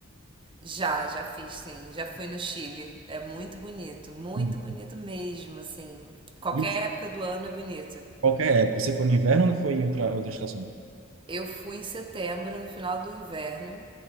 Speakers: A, on the right; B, on the right.
A: Já, já fiz, sim. Já fui no Chile. É muito bonito, muito
B: Uhum.
A: bonito mesmo, assim. Qualquer
B: Isso.
A: época do ano é bonito.
B: Qualquer época. Você foi no inverno ou foi em outra, outra estação?
A: Eu fui em setembro, no final do inverno,